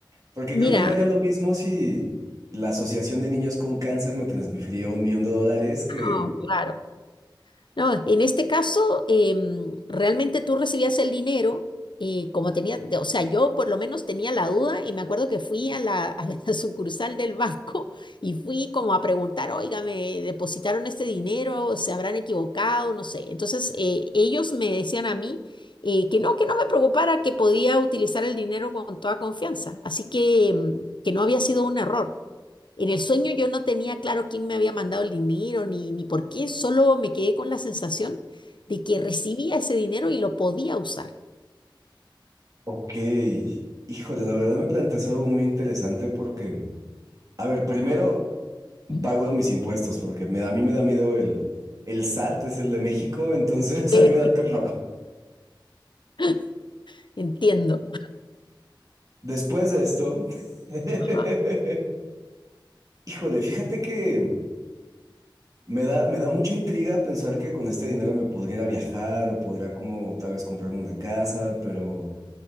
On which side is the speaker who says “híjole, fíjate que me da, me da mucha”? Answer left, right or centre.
Right